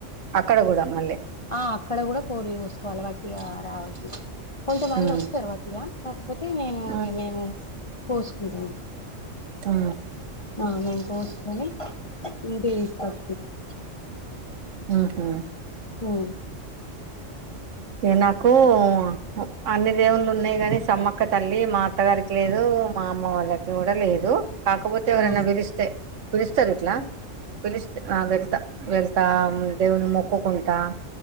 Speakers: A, on the right; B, on the left.
A: అక్కడ గూడ మళ్ళీ.
B: ఆ అక్కడ కూడ కోడ్ని కోసుకోవాలె, వట్టిగా రావద్దు. కొంతమంది
A: ఉమ్,
B: ఒస్తరు వట్టిగా. పోతే, నేను
A: ఉమ్,
B: ఇగ మేము కోస్కుంటము.
A: ఆ
B: ఆ మేం కోస్కొని, ఇంటికి తీస్కచ్చుకుంటం.
A: ఆహా!
B: హ్మ్
A: ఇగ నాకు అ అన్ని దేవుళ్లు ఉన్నయి గని సమ్మక్క తల్లి మా అత్తగారికి లేదు. మా అమ్మ వాళ్ళకి కూడ లేదు. కాకపోతే ఎవరనా
B: ఆ
A: పిలిస్తే, పిలుస్తరు ఇట్లా. పిలుస్తే ఆ వెళ్తా. వెళ్తా, మ్ దేవున్ని మొక్కుకుంటా.